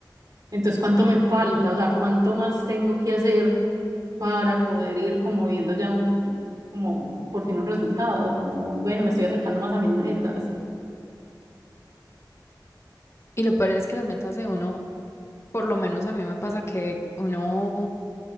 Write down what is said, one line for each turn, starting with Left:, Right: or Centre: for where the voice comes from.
Right: entonces, ¿cuánto me falta? O sea, ¿cuánto más tengo que hacer para poder ir como viendo ya un, como por fin un resultado? Como, bueno, me estoy acercando más a mis metas.
Left: Y lo peor es que las metas de uno, por lo menos a mí me pasa que uno